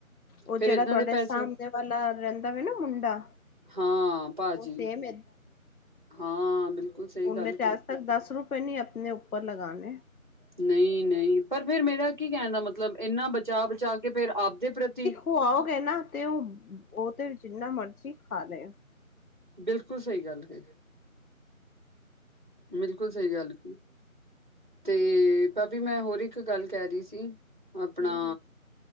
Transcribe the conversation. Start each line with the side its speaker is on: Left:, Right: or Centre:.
Left: ਓਹ ਜੇੜਾ
Right: ਫੇਰ ਏਦਾਂ
Left: ਤੁਹਾਡੇ
Right: ਦੇ ਪੈਸੇ
Left: ਸਾਹਮਣੇ ਵਾਲਾ ਰਹੰਦਾ ਵੇ ਨਾ ਮੁੰਡਾ
Right: ਹਾਂ ਪਾਜੀ।
Left: ਉਹ ਸੇਮ
Right: ਹਾਂ ਬਿਲਕੁਲ ਸਹੀ
Left: ਓਨੇ
Right: ਗੱਲ
Left: ਤੇ
Right: ਕਹੀ
Left: ਆਜ ਤੱਕ ਦਸ ਰੁਪਏ ਨੀ ਅਪਨੇ ਉੱਪਰ ਲਗਾਨੇ
Right: ਨਹੀਂ, ਨਹੀਂ ਪਰ ਫੇਰ ਮੇਰਾ ਕੀ ਕਹਿਣਾ ਮਤਲਬ ਇੰਨਾ ਬਚਾ-ਬਚਾ ਕੇ ਫੇਰ ਆਪਦੇ ਪ੍ਰਤੀ
Left: ਹੋ ਆਓਗੇ ਨਾ ਤੇ ਓ, ਓਹ ਤੇ ਜਿੰਨਾ ਮਰਜ਼ੀ ਖਾ ਲੇ
Right: ਬਿਲਕੁਲ ਸਹੀ ਗੱਲ ਹੇ। ਬਿਲਕੁਲ ਸਹੀ ਗੱਲ ਕਈ। ਤੇ ਪਾਬੀ ਮੈਂ ਹੋਰ ਇੱਕ ਗੱਲ ਕਹ ਰਹੀ ਸੀ। ਆਪਣਾ
Left: ਹੂੰ ਹੂੰ